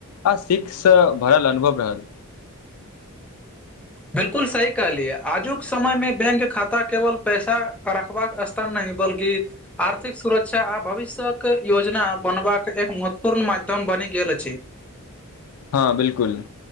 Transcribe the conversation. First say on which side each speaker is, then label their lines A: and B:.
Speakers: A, on the left; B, in the centre.
A: आ सीखसँ भरल अनुभव रहल
B: बिलकुल सी कहलियै आजुक समय मे बैंक खाता केवल पैसा रखबाक अस त नहि बल्की आर्थिक सुरक्षा आ भविष्यके योजना बनबाक एक महत्वपूर्ण माध्यम बनि गेल अछि।
A: हँ बिल्कुल।